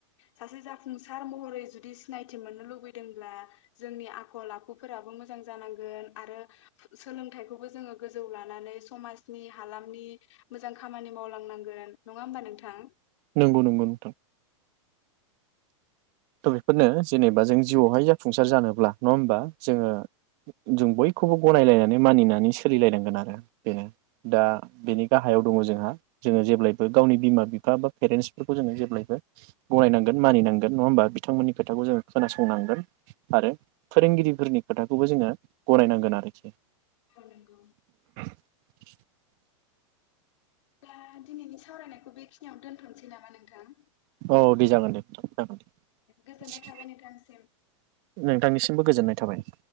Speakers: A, on the left; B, on the right.
A: सासे जाफुंसार महरै जुदि सिनायथि मोननो लुबैदोंब्ला जोंनि आखल आखुफोराबो मोजां जानांगोन आरो फु-सोलोंथाइखौबो जोङो गोजौ लानानै समाजनि हालामनि मोजां खामानि मावलांनांगोन नङा होमबा नोंथां? दां
B: नोंगौ नोंगौ नोंथां त बेफोरनो जेनेबा जों जिउआवहाय जाफुंसार जानोब्ला नङा होमबा? जोङो जों बयखौबो गनायलायनानै मानिनानै सोलिलायनांगोन आरो बेनो दा बेनि गाहायाव दङ जोंहा जोङो जेब्लायबो गावनि बिमा बिफा बा पेरेन्सफोरखौ जोङो जेब्लायबो गनायनांगोन मानिनांगोन नङा होमबा बिथांमोननि खोथाखौ जोङो खोनासंनांगोन । आरो फोरोंगिरिफोरनि खोथाखौबो जोङो गनायनांगोन आरोखि
A: मा नोंगौ।
B: <unintelligible>
A: ब्ला दिनैनि सावरायनायखौ बेखिनियावनो दोनथ'नोसै नामा नोंथां। दों।
B: औ दै जागोन दे जागोन दे
A: गोजोननाय थाबाय नोंथांसिम।
B: नोंथांनिसिमबो गोजोननाय थाबाय।